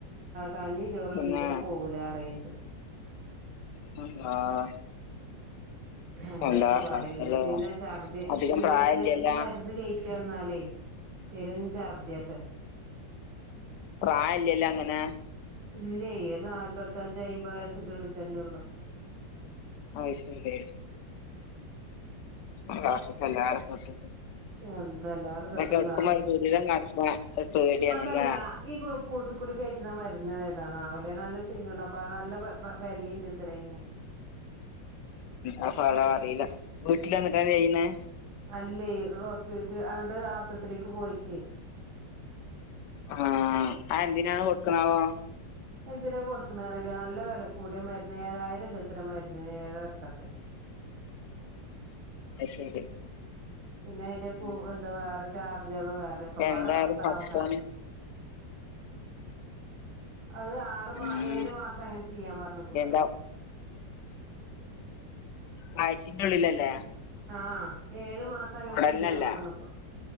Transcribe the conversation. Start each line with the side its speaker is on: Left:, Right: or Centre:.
Right: കഞ്ഞീ ചോറും
Left: പിന്നെ
Right: തീരെ പോകൂലാറീണ്ട്.
Left: <unintelligible>
Right: അങ്ങനെയൊക്കെ
Left: എന്താ
Right: പറയണ്ട്.
Left: ഭക്ഷണത്തില്
Right: പിന്നെ ഛർദി
Left: അധികം
Right: ഇക്ക് ഈ
Left: പ്രായമില്ലല്ലോ
Right: ഇത് ഈ മരുന്ന് കയ് പറ്റ ഒന്നാലേ പെരുഛർദ്യാതറെ.
Left: പ്രായ ഇല്ലല്ലോ അങ്ങനെ
Right: ഇല്ലയ് ഒരു നാല്പത്തഞ്ച് അയിമ്പത് വയസ്സിന്റെ ഉള്ളി തന്നെ ഉള്ളു.
Left: അയ് ശരി ല്ല എല്ലാരകൊത്ത
Right: എന്തെല്ലാരും തൊട്ടും
Left: പ്പ
Right: കാക്കട്ടെ
Left: മൂ നടക്ക്ണെ പേടിയാണല്ല?
Right: അതല്ല ഈ കുൾക്കൂസ്ക്കൂടി കയറ്റണ മരുന്ന് ഏതാണാവല്ലേ? നല്ല ശീണഅപ്പ നല്ല വെലീണ്ട്ല്ലേ പ്പത്രേയീന്.
Left: ഉാ ഫലം അറിയീല. വീട്ടില് വന്നിട്ടാ ചെയ്യ്ന്ണെ?
Right: അല്ലേ ഹോസ്പിറ്റ് അങ്ങട്ട് ആസുപത്രിക്ക് പോയിറ്റ്.
Left: ആഹ് അഹ് എന്തിനാണ് കൊടുക്ക്ണാവോ.
Right: എന്തിനാ കൊടുക്ക്ണെ അറീല, നല്ല വെല കൂടിയ മര്ന്ന്, ഏഴായിരണ്ട്ത്രെ മരുന്നിന് ഏഴൊ എട്ടൊക്കെ.
Left: അയ് ശരി.
Right: പിന്നെ അയ്ന്റെ കൂ
Left: ഉം
Right: എന്താ വേറെ ചാർജാള് വേറെ ഒക്കെപാടെ
Left: എന്തായാലും
Right: പത്താവും
Left: പടച്ചോന്
Right: ന്നർഞ്ഞു അഹ് ആറ് മാ
Left: ഉം
Right: ഏഴു മാസഅങ്ങനെ ചെയ്യാൻ പറഞ്ഞ്ക്ക്ണൂത്തരെ
Left: എന്താ വയത്തിന്റെ ഉള്ളിലല്ലേ
Right: ആഹ് ഏഴ് മാസഅങ്ങനെ
Left: കുടലിനല്ല
Right: ചെയ്യാൻ പറഞ്ഞ്ക്കുണു.